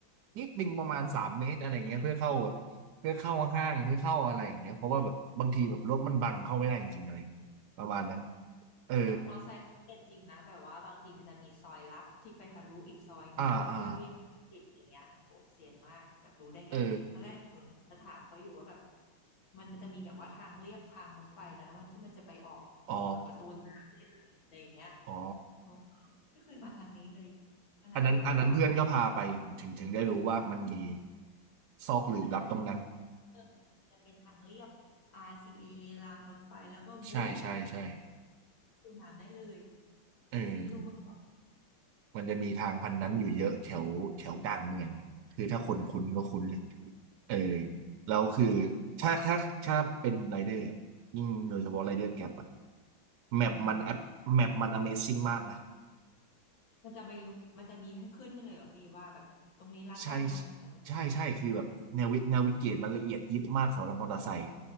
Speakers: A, on the right; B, on the left.
A: นิดนึงประมาณสามเมตรอะไรเงี้ยเพื่อเข้าแบบเพื่อเข้าห้างเพื่อเข้าอะไรอย่างเงี้ยเพราะว่าแบบบางทีแบบรถมันบังเข้าไม่ได้จริงๆอะไรประมาณนั้นเออ
B: แต่มอไซค์เขาเรียนจริงนะแบบว่าบางทีมันจะมีซอยลับที่ไปทะลุอีกซอยหนึ่งเพื่อเลี่ยงติดอย่างเงี้ยโอ้โหเซียนมากแบบรู้ได้ไงตอนแรก
A: อ่าอ่าเออ
B: จะถามเขาอยู่ว่าแบบมันมันจะมีแบบว่าทางเลียบทางรถไฟแล้วมันที่มันจะไปออกแบบประตูน้ำได้เลยอะไรอย่างเงี้ย
A: อ๋ออ๋อ
B: โอ้ไม่เคยมาทางนี้เลยขนาดแบบว่า
A: อันนั้นอันนั้นเพื่อนก็พาไปผมถึงถึงได้รู้ว่ามันมีซอกหลืบลับตรงนั้น
B: ที่มันจะเป็นเออมันจะเป็นทางเลียบ RCA รซีเอรางรถไฟแล้วก็บุ๊บ
A: ใช่ใช่ใช่
B: ประตูน้ำได้เลย
A: เอ
B: หนูไม่รู้มาก่อน
A: อ มันจะมีทางพันนั้นอยู่เยอะแถวแถวกลางเมืองอะคือถ้าคนคุ้นก็คุ้นเลยเออแล้วคือ ถ้าถ้าถ้าเป็นไรเดอร์อะยิ่งโดยเฉพาะไรเดอร์แกร็บอะแมปมัน
B: อืม
A: แมปมัน Amazing มากนะ
B: มันจะมีมันจะมีให้ขึ้นให้เลยเหรอพี่ว่าแบบตรงนี้รัดได้นะเออ
A: ใช่ใช่ใช่คือแบบแนวิแนวิเกตมันละเอียดยิบมากสำหรับมอเตอร์ไซค์